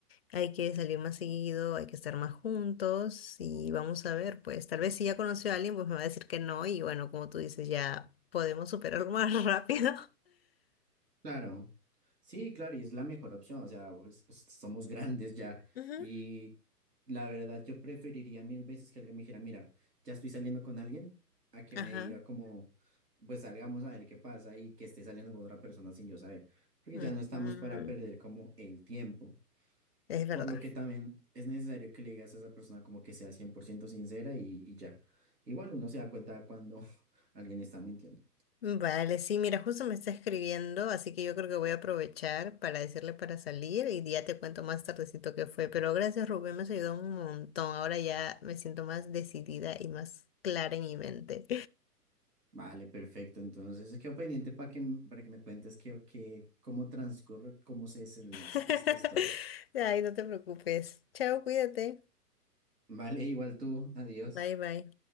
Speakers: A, on the left; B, on the right.
A: Hay que salir más seguido, hay que estar más juntos y vamos a ver, pues tal vez si ya conoció a alguien, pues me va a decir que no y bueno, como tú dices, ya podemos superarlo <laughs> más rápido.
B: Claro, sí, claro, y es la mejor opción, o sea, pues, s- somos grandes ya
A: Ujú.
B: y la verdad yo preferiría mil veces que alguien me dijera, mira, ya estoy saliendo con alguien, a que
A: Ajá.
B: me diga como, pues salgamos a ver qué pasa y que esté saliendo con otra persona sin yo saber, porque
A: Mm,
B: ya no estamos para perder como el tiempo.
A: es verdad.
B: Por lo que también es necesario que le digas a esa persona como que sea 100% sincera y, y ya. Igual uno se da cuenta cuando <laughs> alguien está mintiendo.
A: Vale, sí, mira, justo me está escribiendo, así que yo creo que voy a aprovechar para decirle para salir y ya te cuento más tardecito qué fue. Pero gracias, Rubén, me has ayudado un montón. Ahora ya me siento más decidida y más clara en mi mente.
B: Vale, perfecto. Entonces, quedo pendiente para que, m- para que me cuentes que, que, cómo transcurre, cómo se desenlaza
A: <laughs>
B: esta historia.
A: Ay, no te preocupes. Chao, cuídate.
B: Vale, igual tú. Adiós.
A: Bye, bye.